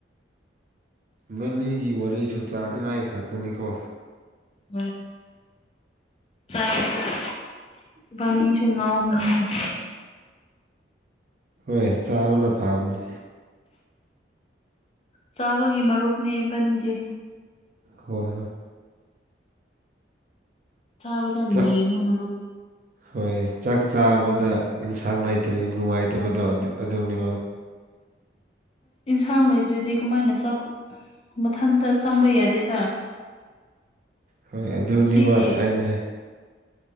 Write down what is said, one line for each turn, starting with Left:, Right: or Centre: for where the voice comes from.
Right: ꯃꯅꯤꯒꯤ ꯋꯥꯔꯤꯁꯨ ꯆꯥꯅꯤꯡꯉꯥꯏ ꯈꯛꯇꯅꯤꯀꯣ
Left: <inaudible> ꯏꯕꯥꯅꯤ ꯁꯑꯣ ꯑ
Right: ꯍꯣꯏ ꯆꯥꯕꯅ ꯐꯥꯕꯅꯦ
Left: ꯆꯥꯕꯒꯤ ꯃꯔꯨꯞꯅꯦꯕꯅꯤꯗꯤ
Right: ꯍꯣꯏ ꯍꯣꯏ
Left: ꯆꯥꯕꯗ
Right: ꯆꯥꯛ
Left: ꯅꯩꯕ ꯃꯔꯨꯞ
Right: ꯍꯣꯏ ꯆꯥꯛ ꯆꯥꯕꯗ ꯏꯟꯁꯥꯡ ꯂꯩꯇꯔꯤ ꯅꯨꯡꯉꯥꯏꯇꯕꯗꯣ ꯑꯗꯨꯝ ꯗꯤ
Left: ꯍꯛꯁꯥꯡ ꯂꯩꯗ꯭ꯔꯗꯤ ꯀꯃꯥꯏꯅ ꯃꯊꯟꯇ ꯆꯪꯕ ꯌꯥꯗꯦꯗ
Right: ꯍꯣꯏ ꯑꯗꯨꯅꯦꯕ
Left: ꯁꯤꯒꯤ
Right: ꯑꯩꯅ